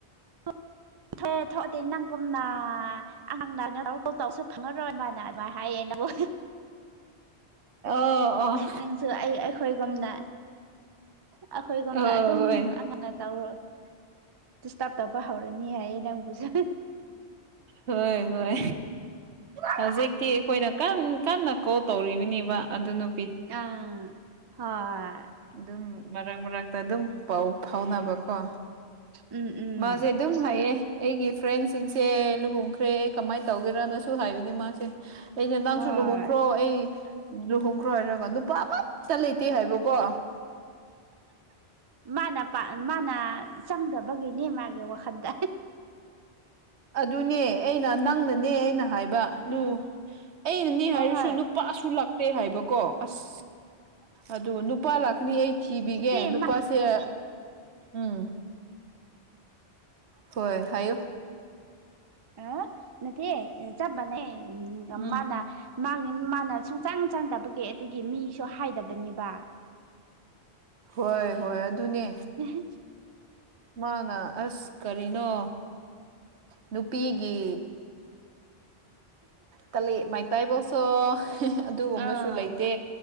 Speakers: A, on the right; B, on the right.
A: <inaudible> ꯊ‌ꯦ ꯊꯣꯛꯑꯗꯤ ꯅꯪꯒꯨꯝꯅ ꯑꯉꯥꯡꯅ <unintelligible> <inaudible> ꯇꯧꯔꯁꯨ ꯐꯪꯉꯔꯣꯏ ꯃꯥꯅ ꯑꯗꯨꯃꯥꯏꯟ ꯍꯥꯏꯌꯦ ꯅꯪꯕꯨ
B: ꯑꯣ ꯑꯣ
A: ꯅꯪꯁꯨ ꯑꯩ ꯑꯩꯈꯣꯏꯒꯨꯝꯅ ꯑꯩꯈꯣꯏꯒꯨꯝꯅ
B: ꯑꯣ
A: ꯑꯗꯨꯝ
B: ꯍꯣꯏ
A: ꯑ <inaudible> ꯅ ꯇꯧꯔꯣ ꯗꯤꯁꯇꯔ꯭ꯕ ꯇꯧꯕ ꯍꯧꯔꯅꯤ ꯍꯥꯏꯌꯦ ꯅꯪꯕꯨꯁꯨ
B: ꯍꯣꯏ ꯍꯣꯏ ꯍꯧꯖꯤꯛ ꯇꯤ ꯑꯩꯈꯣꯏꯅ ꯀꯟ ꯀꯟꯅ ꯀꯣꯜ ꯇꯧꯔꯤꯕꯤꯅꯦꯕ ꯑꯗꯨ ꯅꯨ
A: ꯑꯥ ꯍꯣꯏ
B: ꯗꯨꯝ ꯃꯔꯛ ꯃꯔꯛꯇ ꯑꯗꯨꯝ ꯄꯥꯎ ꯐꯥꯎꯅꯕꯀꯣ
A: ꯎꯝ ꯎꯝ
B: ꯃꯥꯖ‌ꯦ ꯗꯨꯝ <unintelligible> ꯍꯥꯏꯌꯦ ꯑꯩꯒꯤ ꯐ꯭ꯔꯦꯟꯁꯤꯡꯁꯦ ꯂꯨꯍꯣꯡꯈ꯭ꯔꯦ ꯀꯃꯥꯏ ꯇꯧꯒꯦꯔꯅ ꯁꯨ ꯁꯨ ꯍꯥꯏꯕꯅꯤ ꯃꯥꯁꯦ ꯑꯩꯩꯅ ꯅꯪꯁꯨ
A: ꯍꯣꯏ
B: ꯂꯨꯍꯣꯡꯈ꯭ꯔꯣ ꯑꯩ ꯂꯨꯍꯣꯡꯈ꯭ꯔꯣ ꯍꯥꯏꯔꯒ ꯅꯨꯄꯥ ꯑꯃꯠꯇ ꯂꯩꯇꯦ ꯍꯥꯏꯕꯀꯣ
A: ꯃꯥꯅ ꯄꯥ ꯃꯥꯅ ꯆꯪꯗꯕꯒꯤꯅꯤ ꯃꯥꯒꯤ ꯋꯥꯈꯟꯗ
B: ꯑꯗꯨꯅꯦ ꯑꯩꯅ ꯅꯪꯅꯅꯦ ꯑꯩꯅ ꯍꯥꯏꯕ ꯑꯗꯨ ꯑꯩꯅꯅꯦ
A: ꯍꯣꯏ
B: ꯍꯥꯏꯔꯁꯨ ꯅꯨ ꯄꯥꯁꯨ ꯂꯛ ꯇ꯭ꯔ‌ꯦ ꯍꯥꯏꯕꯀꯣ ꯑꯁ ꯑꯗꯨ ꯅꯨꯄꯥ ꯂꯥꯛꯀꯅꯤ ꯑꯩ ꯊꯤꯕꯤꯒꯦ
A: ꯅꯠꯇꯦ ꯃꯥ
B: ꯅꯨꯄꯥ ꯁ‌ꯦ ꯎꯝ ꯍꯣꯏ ꯍꯥꯏꯌꯨ
A: ꯑꯥ ꯅꯠꯇꯦ ꯆꯞꯃꯥꯅꯩ ꯑ
B: ꯎꯝ
A: ꯃꯥꯅ ꯃꯥꯒꯤ ꯃꯥꯅ ꯁꯨꯡꯆꯪ ꯆꯪꯗꯕꯒꯤ ꯑꯗꯨꯒꯤ ꯃꯤꯁꯨ ꯍꯥꯏꯗꯕꯅꯦꯕ
B: ꯍꯣꯏ ꯍꯣꯏ ꯑꯗꯨꯅꯦ
A: <unintelligible>
B: ꯃꯥꯅ ꯑꯁ ꯀꯔꯤꯅꯣ ꯅꯨꯄꯤꯒꯤ ꯇꯜꯂꯦ ꯃꯥꯏ <unintelligible> ꯁꯣ ꯑꯗꯨꯒꯨꯝꯕꯁꯨ
A: ꯑꯥ
B: ꯂꯩꯇꯦ